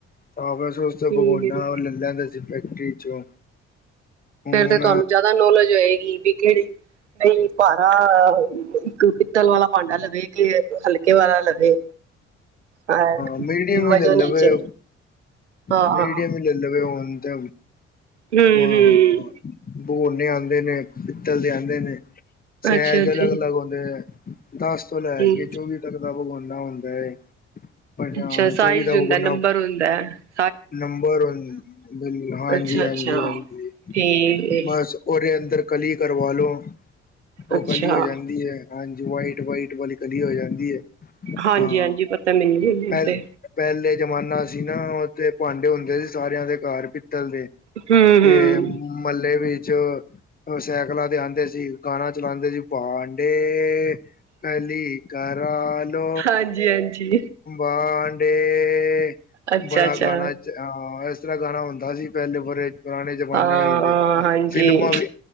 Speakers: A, on the left (about 25°); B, on the right (about 85°).
A: ਫੇਰ <unintelligible>
B: ਠੀਕ
A: ਪਗੋਣਾ
B: ਹੈ ਜੀ
A: ਲੈ ਲੈਂਦੇ ਫੈਕਟਰੀ ਚੋਂ। ਹੁਣ
B: ਫੇਰ ਤੇ ਤੁਹਾਨੂੰ ਜਿਆਦਾ ਨੌਲੇਜ ਹੋਏਗੀ ਵੀ ਕਿਹੜੇ ਨਹੀਂ ਭਾਰਾ ਇੱਕ ਪਿੱਤਲ ਵਾਲਾ ਭਾਂਡਾ ਲਵੇ ਕੇ ਹਲਕੇ ਵਾਲਾ ਲਵੇ। ਹਾਂ,
A: ਮੀਡੀਅਮ
B: ਵਜੋਂ
A: ਹੀ ਲੈ ਲਵੇ
B: ਨੀਚੇ, ਹਾਂ।
A: ਮੀਡੀਅਮ ਹੀ ਲੈ ਲਵੇ ਹੁਣ ਤੇ,
B: ਹੂੰ
A: ਹਾਂ।
B: ਹੂੰ
A: ਬੋਨੇ ਆਂਦੇ ਨੇ ਪਿੱਤਲ ਦੇ ਆਂਦੇ ਨੇ, ਸੈਜ
B: ਅੱਛਾ ਅੱਛਾ
A: ਅਲੱਗ ਅਲੱਗ ਹ ਦਸ ਤੋਂ
B: ਹੂੰ
A: ਲੈ ਕੇ ਚੌਵੀ ਤੱਕ ਦਾ ਪਗੋਣਾ ਹੁੰਦਾ ਏ। <unintelligible>
B: ਅੱਛਾ ਸਾਈਜ਼
A: ਚੌਵੀ ਦਾ
B: ਹੁੰਦਾ
A: ਬਗੋਣਾ
B: ਨੰਬਰ ਹੁੰਦਾ ਐ।
A: ਨੰਬਰ ਵਨ, ਹਾਂਜੀ,
B: ਅੱਛਾ
A: ਹਾਂਜੀ,
B: ਅੱਛਾ
A: ਹਾਂਜੀ,
B: ਠੀਕ ਏ
A: ਬਸ। ਉਹਦੇ ਅੰਦਰ ਕਲੀ ਕਰਵਾ ਲੋ ਉਹ
B: ਅੱਛਾ
A: ਕਲੀ ਹੋ ਜਾਂਦੀ ਐ, ਹਾਂਜੀ, ਵਾਈਟ ਵਾਈਟ ਵਾਲੀ ਕਲੀ ਹੋ ਜਾਂਦੀ ਐ,
B: ਹਾਂਜੀ
A: ਹਾਂ
B: ਹਾਂਜੀ ਪਤਾ ਮੈਨੂੰ ਵੀ
A: ਪੇਲ
B: ਤੇ
A: ਪਹਿਲੇ ਜਮਾਨਾ ਸੀ ਨਾ, ਉਥੇ ਭਾਂਡੇ ਹੁੰਦੇ ਸੀ ਸਾਰਿਆਂ ਦੇ ਘਰ ਪਿੱਤਲ ਦੇ।
B: ਹੂੰ
A: ਤੇ
B: ਹੂੰ
A: ਮਹੱਲੇ ਵਿੱਚ ਸੈਕਲਾਂ ਤੇ ਆਉਂਦੇ ਸੀ, ਗਾਣਾ ਚਲਾਉਂਦੇ ਸੀ, ਭਾਂਡੇ ਕਲੀ ਕਰਾਲੋ
B: ਹਾਂਜੀ ਹਾਂਜੀ
A: ਭਾਂਡੇ।
B: ਅੱਛਾ-ਅੱਛਾ,
A: ਬੜਾ ਗਾਣਾ ਚ ਆ, ਏਸ ਤਰ੍ਹਾਂ ਗਾਣਾ ਹੁੰਦਾ ਸੀ ਪਹਿਲੇ ਬੜੇ ਪੁਰਾਣੇ ਜਮਾਨੇ
B: ਹਾਂ
A: ਵੀ ਜੇ,
B: ਹਾਂਜੀ,
A: ਫਿਲਮਾਂ ਵੀ